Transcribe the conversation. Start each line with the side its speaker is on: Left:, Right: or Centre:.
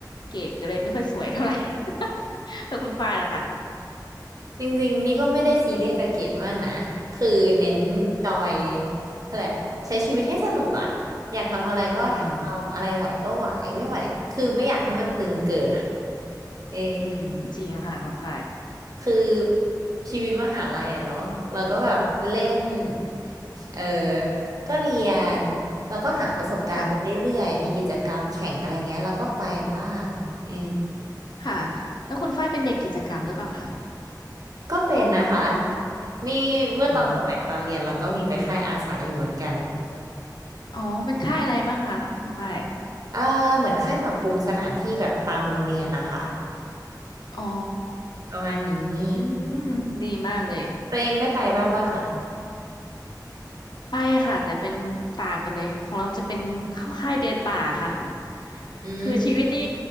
Left: เกรดก็เลยไม่ค่อยสวยเท่าไหร่ <laughs> แต่คุณฝ้ายล่ะคะ
Right: จริงๆนี่ก็ไม่ได้ซีเรียสกับเกรดมากนะคือเน้นจอย
Left: อืม
Right: เขาเรียกอะไรใช้ชีวิตให้สนุกอ่ะอยากทำอะไรก็ทำอะไรไหวก็ไหวไม่ไหวคือไม่อยากให้มันตึงเกินอ่ะ
Left: อืม
Right: เออ
Left: อืมจริงค่ะคุณฝ้าย
Right: คือชีวิตมหาลัยอะเนาะเราก็แบบเล่นเออก็เรียนแล้วก็หาประสบการณ์ไปเรื่อยๆมีกิจกรรมแข่งอะไรเงี้ยเราก็ไปบ้างเออ
Left: ค่ะ ค่ะแล้วคุณฝ้ายเป็นเด็กกิจกรรมหรือเปล่าคะ
Right: ก็เป็นนะคะนี่เมื่อตอนสมัยตอนเรียนเราก็มีไปค่ายอาสาอยู่เหมือนกัน
Left: อืมอ๋อเป็นค่ายอะไรบ้างคะคุณฝ้าย
Right: เออเหมือนค่ายปรับปรุงสถานที่แบบตามโรงเรียนนะคะ
Left: อ๋อ
Right: ประมาณนี้
Left: อืมดีมากเลย
Right: ตัวเองได้ไปบ้างป่ะคะ
Left: ไปอะค่ะแต่เป็นต่างกันเลยของเราจะเป็นเข้าค่ายเดินป่าค่ะ
Right: อืม
Left: คือชีวิตนี่